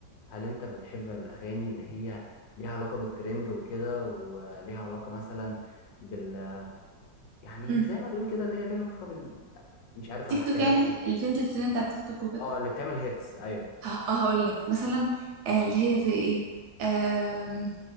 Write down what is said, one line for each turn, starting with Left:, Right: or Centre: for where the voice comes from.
Left: هل انت بتحب الاغاني اللي هي ليها علاقة بالترند وكده وليها علاقة مثلا بال يعني
Right: امم
Left: زي ما تقول كده اللي هي ليها علاقة بال مش عارف
Right: تيك
Left: احكيها
Right: توك يعني
Left: لك ازاي
Right: اللي بتنزل ترند على تيك توك وكده
Left: اه اللي بتعمل هيتس ايوه
Right: ه- هقول لك مثلا آه، اللي هي زي ايه آم،